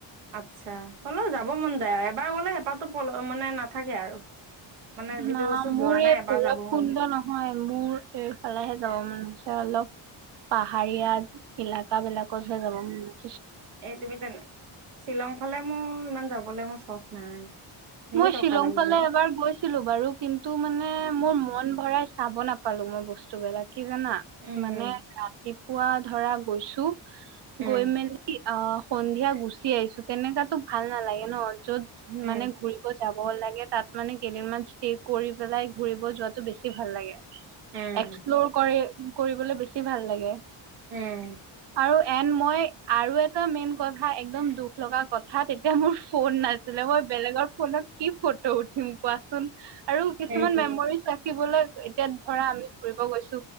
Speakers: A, on the right; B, on the right.
A: আচ্ছা,, হ'লেও যাব মন যায় আৰু এবাৰ গ'লে হেঁপাহটো পল মানে নাথাকে আৰু <unintelligible>
B: না
A: বস্তু
B: মোৰ
A: যোৱা নাই
B: এই
A: এবাৰ
B: ভৈৰৱ
A: যাব মন
B: কুণ্ড
A: যায়
B: নহয় মোৰ এইফালেহে যাব মন আছে অলপ পাহাৰীয়া এলেকা বিলাকতহে যাব মানে।
A: এই তুমি তেনে শ্বিলং ফালে মোৰ ইমান যাবলৈ মোৰ চখ নাই। ধেৰ
B: মই
A: টকা
B: শ্বিলং
A: লাগিব।
B: ফালে এবাৰ গৈছিলো বাৰু কিন্তু মানে মোৰ মন ভৰাই চাব নাপালো মই বস্তুবিলাক কি জানা
A: উম,
B: মানে ৰাতি পোৱা ধৰা গৈছো
A: উম,
B: গৈ মেলি অহ সন্ধিয়া গুচি আহিছো তেনেকাতো ভাল নালাগে ন য'ত
A: উম,
B: মানে ঘূৰি যাব লাগে তাত মানে কেইদিনমান ষ্টে কৰি পেলাই ঘুৰিব যোৱাটো বেছি ভাল লাগে।
A: উম,
B: এক্সপ্লৰ কৰি কৰিবলৈ বেছি ভাল লাগে।
A: উম,
B: <inaudible> আৰু এন মই আৰু এটা মেইন কথা একদম দুখ লগা কথা তেতিয়া মোৰ ফোন নাছিলে মই বেলেগৰ ফোনত কি ফটো উঠিম কোৱাচোন আৰু কিছুমান
A: সেইটোৱে।
B: মেমৰিজ ৰাখিবলৈ এতিয়া ধৰা আমি ঘুৰিব গৈছো